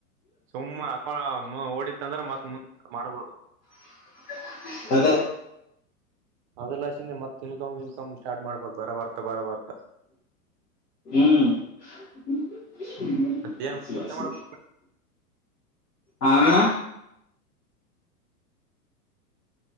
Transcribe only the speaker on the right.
ಸುಮ್ಮ್ ಅಕೊಂಡ ಆ ಮಾ ಓಡಿತ್ತ ಅಂದ್ರೆ ಮತ್ ಮುಂದ ಮಾಡ್ಬೋದು
ಅದೆಲ್ಲ ಹಸಿಂದ ಮತ್ ಇನ್ಕಮ್ ಗಿನ್ಕಮ್ ಸ್ಟಾಟ್ ಮಾಡ್ಬೇಕು ಬರ ಬರ್ತ ಬರ ಬರ್ತಾ
ಮತ್ ಏನ್ ಏನ್ ಮಾಡ್ಬೇಕ್